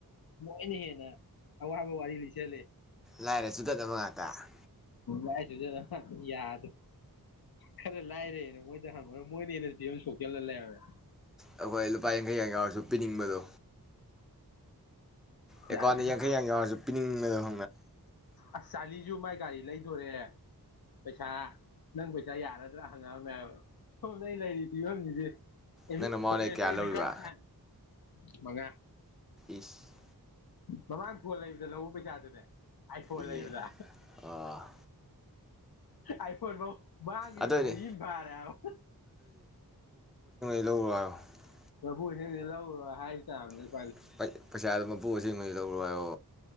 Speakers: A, on the left; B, in the centre.
A: ꯂꯣꯏꯅ ꯍꯦꯟꯅ ꯑꯋꯥꯕ ꯋꯥꯔꯤ ꯂꯤꯁꯜꯂꯛ
B: ꯂꯥꯏꯔ ꯆꯨꯗꯠꯅꯕ ꯉꯥ <unintelligible>
A: ꯂꯥꯏꯔꯥ ꯆꯨꯗꯠꯅꯕ ꯉꯥꯛꯇꯥ ꯌꯥꯗꯔꯦ ꯈꯔ ꯂꯥꯏꯔꯦꯅ ꯃꯣꯏꯗ ꯍꯪꯉꯨꯔ ꯃꯣꯏꯅ ꯍꯦꯟꯅ ꯐꯤꯚꯝ ꯁꯣꯛꯆꯜꯂ ꯂꯩꯔꯝꯃꯦ
B: ꯑꯩꯈꯣꯏ ꯂꯨꯄꯥ ꯌꯥꯡꯈꯩ ꯌꯥꯡ ꯌꯥꯎꯔꯁꯨ ꯄꯤꯅꯤꯡꯕꯗꯣ ꯑꯦꯀꯥꯎꯟꯗ
A: ꯌꯥꯗ꯭ꯔꯦꯍꯦ
B: ꯌꯥꯡꯈꯩ ꯒꯥꯡ ꯌꯥꯎꯔꯁꯨ ꯄꯤꯅꯤ <unintelligible>
A: ꯑꯁ ꯆꯥꯂꯤꯖꯨ ꯃꯥꯏ ꯒꯥꯔꯤ ꯂꯩ ꯗꯣꯔꯦ ꯄꯩꯁꯥ ꯅꯪ ꯄꯩꯁꯥ ꯌꯥꯔꯗ꯭ꯔꯥ ꯍꯪꯉꯛꯑꯝꯃꯦꯕ ꯁꯣꯝꯗ ꯂꯩꯔꯤ ꯐꯤꯕꯝꯁꯤꯗꯤ <unintelligible>
B: ꯅꯪꯅ ꯃꯉꯣꯟꯗꯩ ꯀꯌꯥ ꯂꯧꯔꯤꯕ
A: ꯃꯉꯥ
B: ꯏꯁ
A: ꯃꯃꯥꯡ ꯐꯣꯟ ꯂꯩꯕꯗ ꯂꯧꯕ ꯄꯩꯁꯥꯗꯨꯅꯦ ꯑꯥꯏꯐꯣꯟ
B: ꯏꯍꯦ
A: ꯂꯩꯕꯗ
B: ꯑꯣ
A: ꯑꯥꯏꯐꯣꯟ ꯐꯧ ꯃꯥꯡꯈꯤꯕ
B: ꯑꯗꯨꯑꯣꯏꯗꯤ
A: ꯆꯍꯤꯑꯝ ꯐꯥꯔꯦ ꯍꯥꯏꯕ
B: ꯂꯧꯔꯨꯔꯣ <unintelligible>
A: <unintelligible>
B: <unintelligible> ꯄꯩꯁꯥ ꯃꯄꯨ ꯑꯁꯦꯡꯕꯗꯩꯩ ꯂꯧꯔꯨ ꯍꯥꯏꯔꯣ